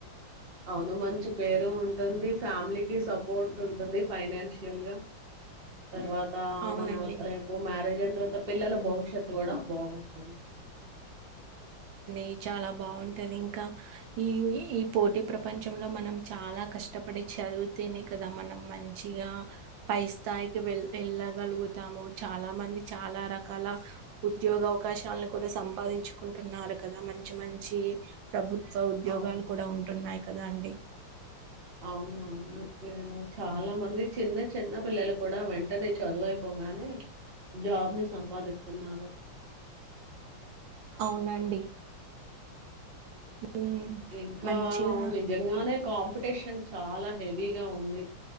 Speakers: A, on the right; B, on the right.
A: అవును మంచి పేరు ఉంటుంది ఫ్యామిలీకి స సపోర్ట్ ఉంటుంది ఫైనాన్షియల్ గా తర్వాత
B: అవునండి
A: మనం రేపు మ్యారేజ్ అయిన తర్వాత పిల్లల భవిష్యత్తు కూడా బాగుంటది
B: ఈ చాలా బాగుంది ఉంటది ఇంకా ఇవి ఈ పోటీ ప్ర ప్రపంచంలో మనం చాలా కష్టపడి చదివితేనే కదా మనం మంచిగా పై స్థాయికి వెళ్ వెళ్ళగలుగుతాము చాలా మంది చాలా రకాల ఉద్యోగ అవకాశాలను కూడా సంపాదించుకుంటున్నారు కదా మంచి మంచి ప్రభుత్ త్వ ఉద్యోగాలు
A: అవును
B: కూడా ఉంటున్నాయి కదాండి
A: అవునవును చాలా మంది చిన్న చిన్న పిల్లలు కూడా వెంటనే చదువుయిపోగానే జాబ్ ని సంపాదిస్తున్నారు
B: అవునండి ఉమ్
A: ఇంకా
B: మంచిగా
A: నిజంగానే కాంపిటీషన్ చాలా హెవీగా ఉంది